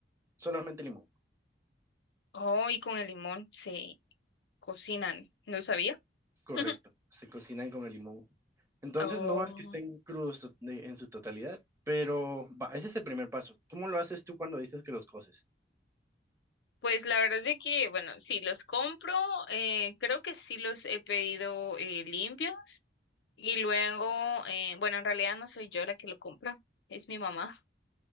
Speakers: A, on the right; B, on the left.
A: Solamente limón.
B: Oh, y con el limón se cocinan. No sabía.
A: Correcto.
B: <laughs>
A: Se cocinan con el limón. Entonces
B: Oh,
A: no es que estén crudos to- de- en su totalidad, pero va, ese es el primer paso. ¿Cómo lo haces tú cuando dices que los coces?
B: pues la verdad es que, bueno, sí, los compro, eh, creo que sí los he pedido eh, limpios y luego, eh, bueno, en realidad no soy yo la que lo compra, es mi mamá.